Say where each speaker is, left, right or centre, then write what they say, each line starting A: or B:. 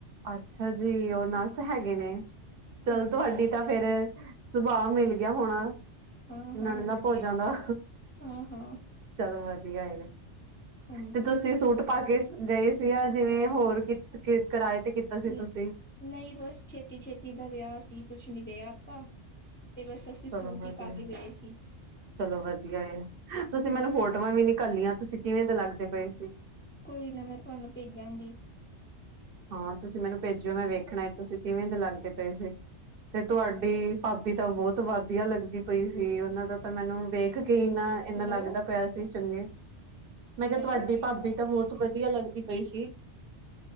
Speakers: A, on the right; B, on the left.
A: ਅੱਛਾ ਜੀ, ਉਹ
B: ਹਾਂ
A: ਨਰਸ ਹੈਗੇ ਨੇ ਚੱਲ
B: ਹਾਂਜੀ
A: ਤੁਹਾਡੀ ਤਾਂ ਫਿਰ, ਸੁਭਾਅ ਮਿਲ ਗਿਆ ਹੋਣਾ।
B: ਹਾਂ ਹਾਂ
A: ਨੜਦਾ
B: ਵਧੀਆ
A: ਭੁੱਲ ਜਾਂਦਾ
B: ਹਾਂ ਹਾਂ
A: ਚੱਲ ਵਧੀਆ। ਵਧੀਆ ਐ
B: ਹਾਂਜੀ
A: ਤੇ ਤੁਸੀਂ ਸੂਟ ਪਾ ਕੇ ਗਏ ਸੀ ਆ ਜਿਵੇਂ ਹੋਰ ਕਿ ਕਿਰਾਏ ਤੇ ਕੀਤਾ ਸੀ
B: ਹੂੰ,
A: ਤੁਸੀਂ?
B: ਨਹੀਂ ਬਸ ਛੇਤੀ ਛੇਤੀ ਦਾ ਵਿਆਹ ਸੀ ਕੁਛ ਨੀ ਦਿਆ ਆਪਾਂ। ਤੇ ਬਸ ਅਸੀਂ ਸੂਟ
A: ਚਲੋ ਵਧੀਆ
B: ਹੀ ਪਾ ਕੇ ਗਏ ਸੀ
A: ਚਲੋ ਵਧੀਆ ਏ ਤੁਸੀਂ
B: ਹਾਂ
A: ਮੈਨੂੰ ਫੋਟੋਆਂ ਵੀ ਨੀ ਕੱਲੀਆਂ ਤੁਸੀਂ ਕਿਵੇਂ ਦੇ ਲੱਗਦੇ ਪਏ ਸੀ।
B: ਕੋਈ ਨਾ ਮੈਂ ਤੁਹਾਨੂੰ ਭੇਜਾਂਗੀ।
A: ਹਾਂ, ਤੁਸੀਂ ਮੈਨੂੰ ਭੇਜਿਓ ਮੈਂ ਵੇਖਣਾ ਤੁਸੀਂ ਕਿਵੇਂ ਦੇ ਲੱਗਦੇ ਪਏ ਸੀ। ਤੇ ਤੁਹਾਡੀ ਭਾਬੀ ਤਾਂ ਬਹੁਤ ਵਧੀਆ ਲੱਗਦੀ ਪਈ ਸੀ ਉਹਨਾਂ ਦਾ ਤਾਂ ਮੈਨੂੰ ਵੇਖ ਕੇ, ਕਿ ਇੰਨਾ ਇੰਨਾ
B: ਹੈਲੋ
A: ਲੱਗਦਾ ਪਿਆ ਸੀ ਚੰਗੇ ਮੈਂ ਕਿਹਾ
B: ਹੈਲੋ
A: ਤੁਹਾਡੀ ਭਾਬੀ ਤਾਂ ਬਹੁਤ ਵਧੀਆ ਲੱਗਦੀ ਪਈ ਸੀ।